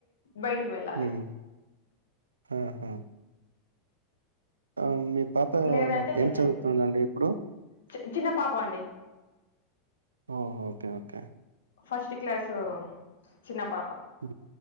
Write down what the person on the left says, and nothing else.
బయటికి వెళ్
లేదంటే లేదండి
ఇగ
చి చిన్న పాప అండి
first class చిన్న పాప